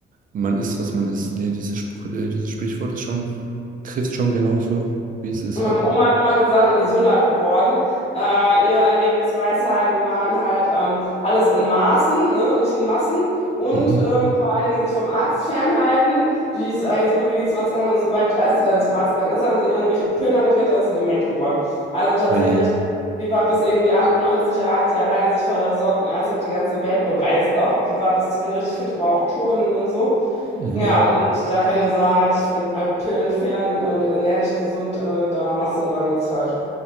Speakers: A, on the right; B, on the left.
A: Man isst, was man isst. Nee, dieses, Spr äh, dieses Sprichwort ist schon, trifft schon genauso, wie es ist.
B: Und
A: Also,
B: Meine Oma hat immer gesagt, und die ist 100 geworden, äh, ihre Lebensweisheiten waren halt ähm, alles in Maßen, ne, und nicht in Massen und
A: mhm.
B: ähm, vor allen Dingen sich vom Arzt fernhalten. Die ist eigentlich so gut wie nie zum Arzt gegangen und sobald, als die dann zum Arzt gegangen ist, haben sie irgendwelche Pillen angedreht, da ist sie dement geworden. Also tatsächlich,
A: Oh je.
B: die war bis irgendwie 98, er hat sie alleine sich versorgt und alles hat die ganze Welt bereist auch. Die war bis zum Ende richtig fit, aber auch Touren und so.
A: Mhm.
B: Ja, und da kann ich nur sagen, halt dich von allen Pillen fern und äh, ernähr dich gesund, äh, da machst du da nichts falsch.